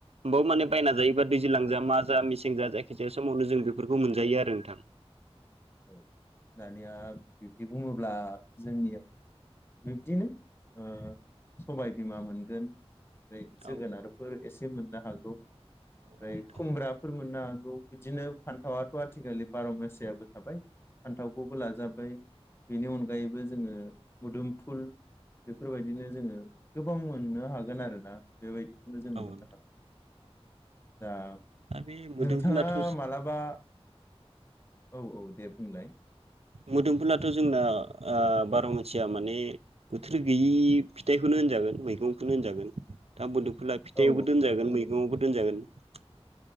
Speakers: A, on the right (about 70°); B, on the left (about 25°).
A: हबाव माने बायना जायोबा दैज्लां जा मार जा मेसें जा जायखिजाया समावनो जों बेफोरखौ मोनजायो आरो नोंथां ।
B: औ दानिया बिब्दि बुङोब्ला जोंनियाव बिब्दिनो ओ सबायबिमा मोनगोन ओ
A: औ
B: जोगोनारफोर एसे मोन- दा हागौ
A: औ
B: ए
A: नोंथां
B: खुमब्राफोर मोन ना बिदिनो फान्थावाथ आथिखालि बार मासि आबो थाबाय फान्थावखौबो लाजाबाय बेनि अनगायैबो जोङो मुदोमफुल बेफोरबायदिनो जोङो गोबां मोननो हागोन आरोना बेबायदि नो जोङो
A: औ
B: मोननो
A: नोंथां
B: हागोन दा
A: दा बे मोदोमफुलाथ'
B: नोंथाङा मालाबा? औ औ दे बुंलाय
A: मोदोमफुलाथ जोंना ओ बार मानसिया माने बोथोर गैयि फिथाइखौनो होनजागोन मैगंखौनो होनजागोन दा मोदुम- फुला फिथाइयावबो
B: औ
A: दोनजागोन मैगंआवबो । फोरोनजागोन ।